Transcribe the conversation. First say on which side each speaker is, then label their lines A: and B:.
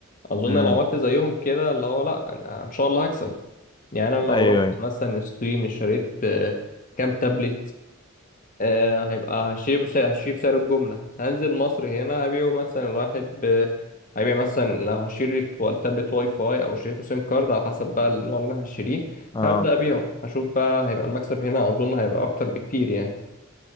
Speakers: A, on the left; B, on the left.
A: اظن
B: امم
A: لو عملت زيهم كده اللي هو لا انا ان شاء الله هكسب يعني انا لو
B: أيوه
A: رحت
B: أيوه
A: مثلا الصين اشتريت آه، كام تابلت آه، هيبقى هشتري بسعر هشتري بسعر الجملة هنزل مصر هنا هبيعه مثلا الواحد ب- هيبيع مثلا لو هشتري تو- تابلت واي فاي او اشتريته سيم كارد على حسب بقى النوع اللي انا هشتريه
B: اه
A: هبدأ ابيعه هشوف بقى هيبقى المكسب هنا اظن هيبقى اكتر بكتير يعني